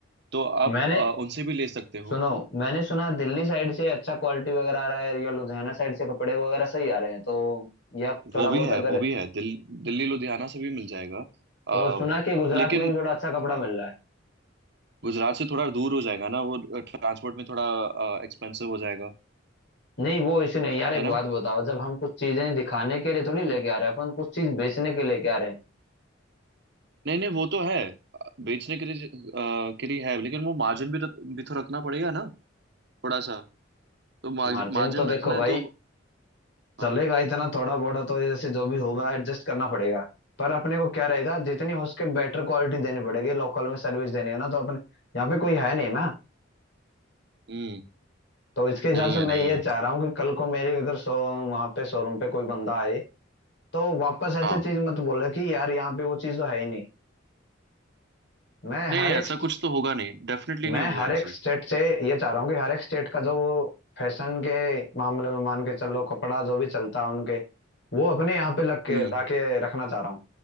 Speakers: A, on the right; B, on the left.
A: तो आप
B: मैंने
A: आ, उनसे भी ले सकते हो
B: सुनो मैंने सुना दिल्ली साइड से अच्छा क्वालिटी वगैरह आ रहा है या लुधियाना साइड से कपड़े वगैरह सही आ रहे हैं तो या थोड़ा
A: वो भी
B: बहुत
A: है
B: अगर
A: वो भी है दिल, दिल्ली लुधियाना से भी मिल जाएगा आ,
B: और सुना कि गुजरात
A: लेकिन
B: में भी थोड़ा अच्छा कपड़ा
A: हाँ
B: मिल रहा है
A: गुजरात से थोड़ा दूर हो जाएगा ना वो ट्रांसपोर्ट में थोड़ा एक्सपेंसिव हो जाएगा
B: नहीं वो इसी नहीं यार एक
A: है ना
B: बात बताओ जब हम कुछ चीजें दिखाने के लिए थोड़ी लेके आ रहे हैं अपन कुछ चीज बेचने के लेके आ रहे हैं
A: नहीं नहीं वो तो है बेचने के लिए अ, के लिए है लेकिन वो मार्जिन भी रख, भी तो रखना पड़ेगा ना थोड़ा सा तो
B: मार्जिन
A: मार्जिन
B: तो
A: रखना
B: देखो
A: है
B: भाई
A: तो
B: चलेगा
A: हाँ
B: इतना थोड़ा बोड़ा तो ये जैसे जो भी होगा एडजस्ट करना पड़ेगा पर अपने को क्या रहेगा जितनी हो सके बेटर क्वालिटी देनी पड़ेगी लोकल में सर्विस देनी है ना तो अपने यहाँ पे कोई है नहीं ना
A: हम्म
B: तो इसके हिसाब
A: नहीं
B: से
A: है
B: मैं
A: नहीं
B: ये
A: है
B: चाह रहा हूँ कि कल को मेरे अगर शो वहां पे शोरूम पे कोई बंदा आए तो वापस ऐसी
A: हाँ
B: चीज मत बोले कि यार यहाँ पे वो चीज तो है ही नहीं मैं
A: नहीं
B: हर
A: नहीं
B: एक
A: ऐसा
B: स्ट-
A: कुछ तो होगा नहीं डेफिनेटली
B: मैं
A: नहीं होगा
B: हर एक
A: ऐसे
B: स्टेट से ये चाह रहा हूँ कि हर एक स्टेट का जो वो फैशन के मामले में मान के चलो कपड़ा जो भी चलता है उनके वो अपने यहाँ पे लग के
A: हम्म
B: ला के रखना चाह रहा हूँ